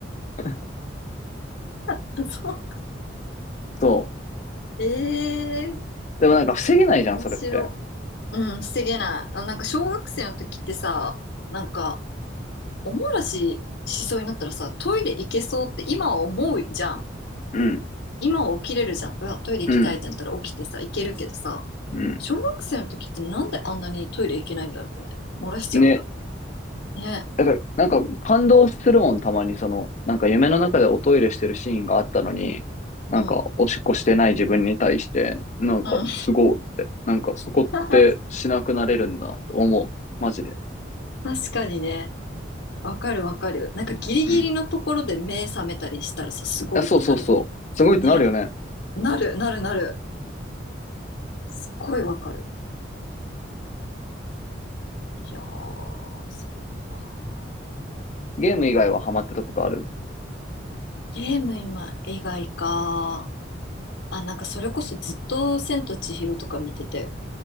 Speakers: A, on the left (about 40°); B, on the left (about 75°).
A: <laughs>
B: あ、<laughs> そう。
A: そう。
B: ええ
A: でもなんか、防げないじゃん、
B: 面白
A: それって。
B: い。うん、防げない。あ、なんか小学生の時ってさ、なんか、お漏らししそうになったらさ、トイレ行けそうって今は思うじゃん。
A: うん、
B: 今は起きれるじゃん。うわ、トイレ行きたいってなったら起きてさ、
A: うん、
B: 行けるけどさ、
A: うん。
B: 小学生の時ってなんであんなにトイレ行けないんだろうね。漏らしちゃうんだろう
A: ね。
B: ね。ね。
A: だから、なんか、感動するもん、たまに、その、なんか、夢の中でおトイレしてるシーンがあったのに、なんか、
B: うん。
A: おしっこしてない自分に対して、なんか、
B: うん。
A: すごいって、なんか、そこってしなくなれるんだ、
B: <laughs>
A: と思う。マジで。
B: 確かにね。わかるわかる。なんかギリギリのところで目覚めたりしたらさ、
A: うん
B: すごいってなるよね。
A: あ、そうそうそう。すごいってなるよね。
B: ね。なる、なる、なる。すっごいわかる。いやー、そっか。
A: ゲーム以外はハマってたことある
B: ゲーム今、以外か。あ、なんかそれこそずっと「千と千尋」とか見てたよ。